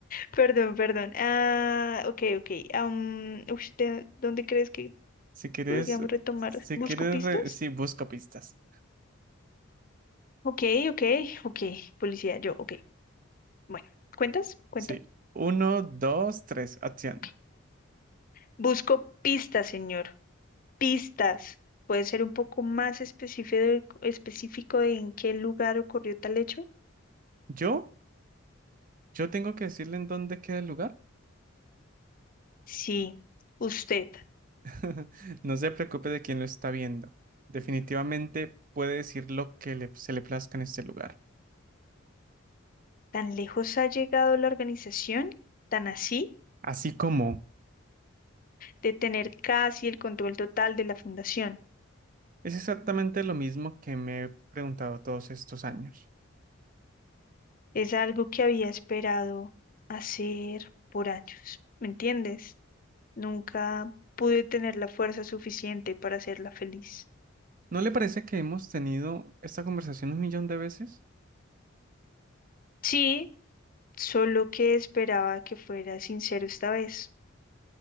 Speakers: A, on the left; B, on the right.
A: Perdón, perdón. Ah, ok, ok. am, ¿usted dónde crees que
B: Si quieres,
A: podríamos retomar?
B: si
A: ¿Busco
B: quieres,
A: pistas?
B: re- sí, busco pistas.
A: Ok, ok, ok. Policía, yo, ok. Bueno, ¿cuentas? ¿Cuento?
B: Sí. Uno, dos, tres, acción.
A: Ok. Busco pistas, señor. Pistas. ¿Puede ser un poco más específico, específico de en qué lugar ocurrió tal hecho?
B: Yo, yo tengo que decirle en dónde queda el lugar.
A: Sí. ¿Usted
B: <laughs> No se preocupe de quién lo está viendo. Definitivamente puede decir lo que le- se le plazca en este lugar.
A: tan lejos ha llegado la organización, tan así,
B: Así como
A: de tener casi el control total de la fundación?
B: es exactamente lo mismo que me he preguntado todos estos años.
A: Es algo que había esperado hacer por años, ¿me entiendes? Nunca pude tener la fuerza suficiente para hacerla feliz.
B: ¿No le parece que hemos tenido esta conversación un millón de veces?
A: Sí, solo que esperaba que fuera sincero esta vez.